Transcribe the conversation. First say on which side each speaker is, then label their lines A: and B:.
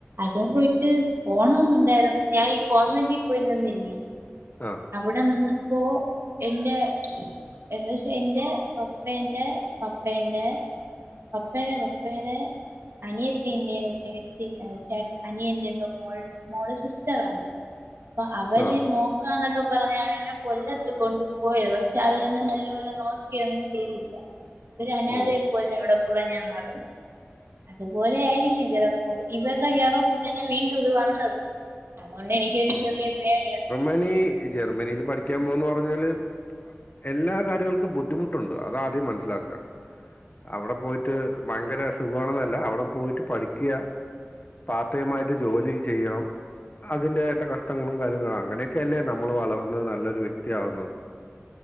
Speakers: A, on the right; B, on the left.
A: അതും പോയിട്ട് പോണന്നുണ്ടായിരുന്നു ഞാൻ ഈ കോൺവെന്റിൽ പോയി നിന്നില്ലേ
B: ആഹ്
A: അവിടെ നിന്നപ്പോ എന്റെ എന്ന് വച്ചാ എൻ്റെ പപ്പേൻ്റെ പപ്പേൻ്റെ പപ്പേരെ പപ്പേരെ അനിയത്തിന്റെയോ ചേച്ചി എഹ് ചേട്ട അനിയൻ്റെതോ മോൾ മോള് സിസ്റ്ററാണ് അപ്പൊ അവര്
B: ആഹ്
A: നോക്കാനൊ ഒക്കെ പറഞ്ഞാണ് എന്നെ കൊല്ലത്ത് കൊണ്ട് പോയത് പക്ഷെ അവരെന്നെ നല്ലപോലെ നോക്കിയൊന്നും ചെയ്തില്ല. ഒരനാഥയെ
B: ഓഹ്
A: പോലെ അവടെ കൂടെ ഞാൻ നടന്നു. അതുപോലെയായിരിക്കും ചെലപ്പോ ഇവര്ടെ കേറോഫി തന്നെ വീണ്ടും ഇത് വന്നത് അതോണ്ട് എനിക്കൊരു ചെറിയ പേടിയുണ്ട്.
B: ഞായി ജർമ്മനില് പഠിക്ക്യാൻ പോവുന്ന് പറഞ്ഞാല് എല്ലാ കാര്യങ്ങൾക്കും ബുദ്ധിമുട്ടുണ്ട് അതാദ്യം മൻസ്സിലാക്ക. അവടെ പോയിട്ട് ഭയങ്കര സുഖാണെന്നല്ല അവടെ പോയിട്ട് പഠിക്ക. പാർട്ട് ടൈമായിട്ട് ജോല്യൊ ചെയ്യണം. അതിൻ്റെ എല്ല കഷ്ടങ്ങളും കാര്യങ്ങളും അങ്ങനെയെക്കല്ലേ നമ്മള് വളർന്ന് നല്ലൊരു വ്യക്തിയാവുന്നത്.